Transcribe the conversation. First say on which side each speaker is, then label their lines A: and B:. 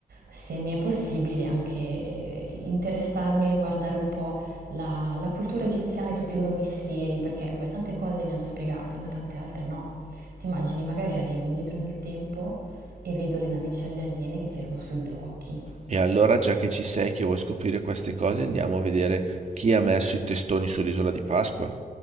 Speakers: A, on the right; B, on the right.
A: se mi è possibile anche interessarmi e guardare un po' la, la cultura egiziana e tutti i loro misteri, perché vabbè, tante cose le hanno spiegate, ma tante altre no. Ti immagini, magari arrivo indietro nel tempo e vedo le navicelle aliene che tirano sui blocchi.
B: E allora, già che ci sei, che vuoi scoprire queste cose, andiamo a vedere chi ha messo i testoni sull'isola di Pasqua.